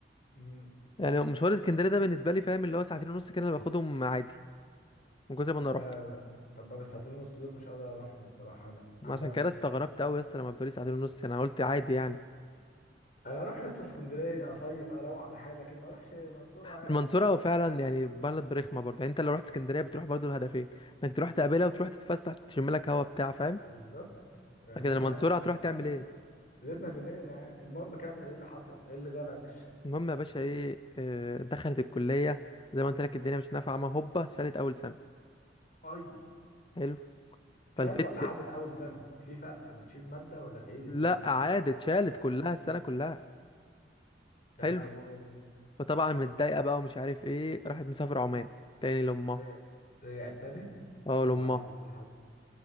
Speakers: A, on the left; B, on the left.
A: امم
B: يعني مشوار اسكندريه ده بالنسبه لي فاهم اللي هو ساعتين ونص كده انا باخدهم عادي من كتر ما انا
A: لا
B: روحته
A: طب انا الساعتين ونص دول مش هقدر اروحهم الصراحه انا عن
B: عشان
A: نفسي
B: كده استغربت قوي يا اسطى لما بتقولي ساعتين ونص انا قلت عادي يعني
A: انا اروح حصه اسكندريه اصيف اروق على حالي لكن ما اروحش منصوره يعني
B: المنصورة فعلا يعني بلد رخمة برضه يعني انت لو رحت اسكندرية بتروح برضه الهدفين انك تروح تقابلها وتروح تتفسح تشم لك هوا بتاع فاهم
A: بالظبط يعني
B: لكن
A: منها
B: المنصورة هتروح تعمل
A: فاهم
B: ايه
A: زيتنا في دقيقنا يعني المهم كمل ايه اللي حصل ايه اللي جرى يا باشا
B: المهم يا باشا ايه آه، دخلت الكلية زي ما قلت لك الدنيا مش نافعة ما هوبا شالت أول سنة
A: اي
B: حلو
A: شالت
B: فالبت
A: ولا عدت اول سنه في فرق ما تشيل ماده ولا تعيد السنه
B: لا عادت شالت كلها السنة كلها حلو
A: يا لهوي
B: فطبعا متضايقة بقى ومش عارف ايه راحت مسافرة عمان تاني لأمها
A: رجع رجع تاني
B: اه لأمها
A: وبعدين إيه اللي حصل